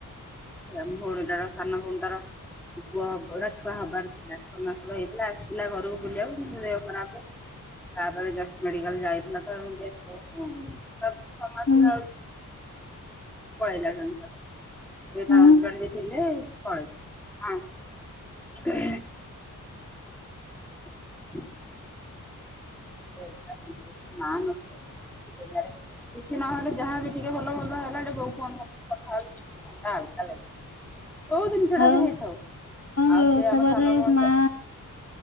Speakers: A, in the centre; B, on the left (about 45°).
A: ଆମ ଭଉଣୀଟାର ସାନ ଭଉଣୀ ତାର ପୁଅ ହବ ନା ଛୁଆ ହବାର ଥିଲା ଛଅ ମାସର ହେଇଥିଲା ଆସିଥିଲା ଘରକୁ ବୁଲିବାକୁ ଦେହ ଖରାପ। ତାପରେ ଜଷ୍ଟ ମେଡିକାଲ ଯାଇଥିଲା ତ ଡେଥ ହେଇଗଲା
B: ହୁଁ
A: ଆଉ। <unintelligible> ସେ
B: ହୁଁ
A: ତା ହଜବେଣ୍ଡ ବି ଥିଲେ ପଳେଇଲେ। <unintelligible> <unintelligible> ଦନିଆରେ କିଛି ନହେଲେ ଯାହାବ ବି ଟିକେ ଭଲ ଭଲ ହେଲା ଏ ବୋଉ କୁ ଫୋନ୍ କରିଦେଲୁ କଥା ହେ। ଟା ହାଲକା ଲାଗ ଯୋଉ ଜିନିଷ
B: ଆଉ
A: ଟା ବି ହେଇଥାଉ
B: ରୋଷବାରରେ
A: ଆଉ ସେ ଆମ ସାନ ଭଉ
B: ମା